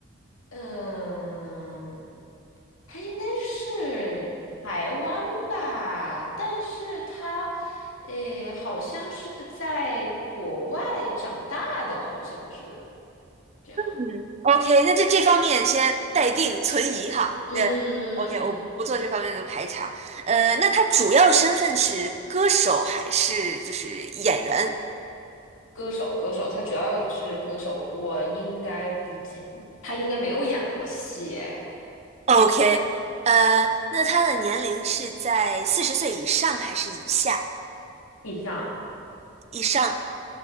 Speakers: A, on the left; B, on the right.
A: 嗯，他应该是台湾吧，但是他，诶，好像是在国外长大的，好像是。这样。
B: 嗯，OK，那就这方面先待定存疑哈。
A: 嗯嗯嗯嗯嗯，
B: 对，OK，我不做这方面的排查。
A: 嗯
B: 呃，那他主要身份是歌手还是就是演员
A: 歌手歌手，他主要是歌手，我应该不记，他应该没有演过戏哎，
B: ？OK，呃，那他的年龄是在四十岁以上还是以下？
A: 以上，
B: 以上，